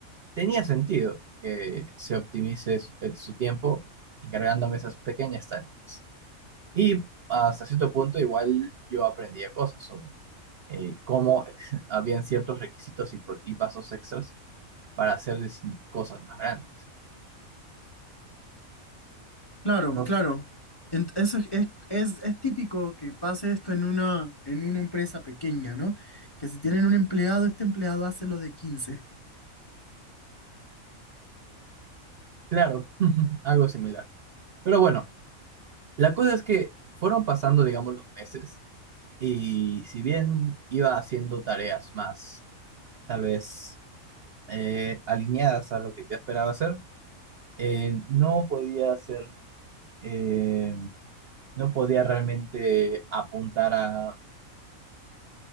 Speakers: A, on the right; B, on the left.
A: tenía sentido que se optimice su, eh, su tiempo encargándome esas pequeñas tareas. Y hasta cierto punto igual yo aprendía cosas sobre eh, cómo <laughs> habían ciertos requisitos y, pro- y pasos extras para hacer dis- cosas más grandes.
B: Claro,
A: No
B: claro. Ent- Eso es, es, es- es típico que pase esto en una, en una empresa pequeña, ¿no? Que si tienen un empleado, este empleado hace lo de quince
A: claro, <laughs> algo similar. Pero bueno, la cosa es que fueron pasando, digamos, los meses y si bien iba haciendo tareas más, tal vez eh, alineadas a lo que yo esperaba hacer, eh, no podía hacer, eh, no podía realmente apuntar a,